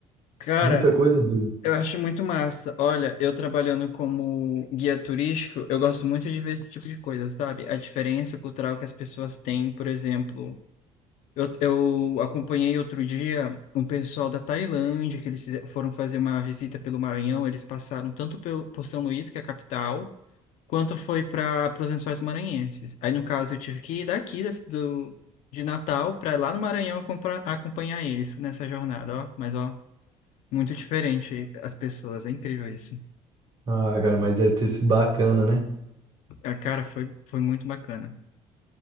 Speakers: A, on the left; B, on the right.
A: Cara,
B: muita coisa mesmo.
A: eu acho muito massa. Olha, eu trabalhando como guia turístico, eu gosto muito de ver esse tipo de coisa, sabe? A diferença cultural que as pessoas têm, por exemplo. Eu, eu acompanhei outro dia um pessoal da Tailândia, que eles fize- foram fazer uma visita pelo Maranhão. Eles passaram tanto pelo, por São Luís, que é a capital, quanto foi para os Lençóis Maranhenses. Aí, no caso, eu tive que ir daqui da- do, de Natal para lá no Maranhão compra- acompanhar eles nessa jornada, ó. Mas, ó, muito diferente as pessoas, é incrível isso.
B: Ah, cara, mas deve ter sido bacana, né?
A: A cara foi, foi muito bacana.